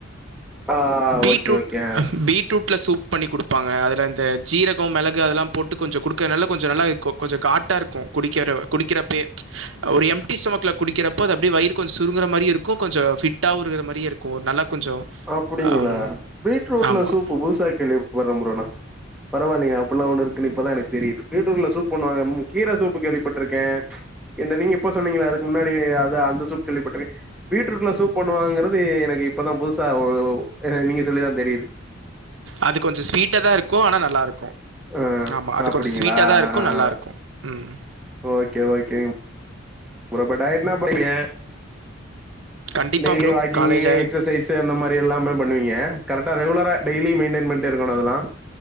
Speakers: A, in the centre; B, on the right.
A: ஆ
B: பீட்ரூட்
A: ஓகே ஓகே
B: பீட்ரூட்ல சூப் பண்ணி குடுப்பாங்க அதல இந்த ஜீரகம் மிளகு அதெல்லா போட்டு கொஞ்ச குடுக்கறனால கொஞ்ச நல்லா கொஞ்ச காட்டாருக்கு குடிக்கிற குடிக்கிறப்பியே ஒரு எம் டி ஸ்டொமக்ள குடிக்கிறப்போ அது அப்டி வயிறு கொஞ்ச சுருங்கற மாரி இருக்கு கொஞ்ச ஃபிட்டாவு இருகுற மாரியே இருக்கு நல்லா கொஞ்சம்
A: அப்டிங்களா
B: அம்
A: பீட்ரூட்ல
B: ஆமா.
A: சூப்பு புதுசா கேள்வி பட்ர ப்ரோ நா பரவால்லையே அப்புல்லா ஒன்னு இருக்குனு இப்பதா எனக்கு தெரிது பீட்டூட்ல சூப் பண்ணுவாங்க கீர சூப் ப்பு கேள்விப்பட்ருக்கே எந்த நீங்க இப்போ சொன்னீங்கள அதுக்கு முன்னாடி அத அந்த சூப் கேள்விப்பட்ருக்க பீட்ரூட்ல சூப் பண்ணுவாங்கறது எனக்கு இப்பதா புதுஸ் சா ஒரு அ நீங்க சொல்லிதா தெரிது
B: அது கொஞ்ச ஸ்வீட்டாதா இருக்கு ஆனா நல்லாருக்கு
A: ஆ
B: ஆமா அது
A: அப்டிங்களா
B: கொஞ்ச ஸ்வீட்டாதா இருக்கு
A: ஆ ஆ
B: நல்லாருக்கு ம்
A: ஓகே ஓகேங்க ப்ரோ ப்ப டயட்னா பண்ணங்க
B: கண்டிப்பாக
A: டெய்லி
B: ப்ரோ
A: வாக்கிங்கு
B: காலையில்
A: எக்சசைஸ்சு அந்த மாரி எல்லாமே பண்ணுவீங்க கரட்டா ரெகுலரா டெய்லி மெயின்டன் பண்டே க்குனு அதுலா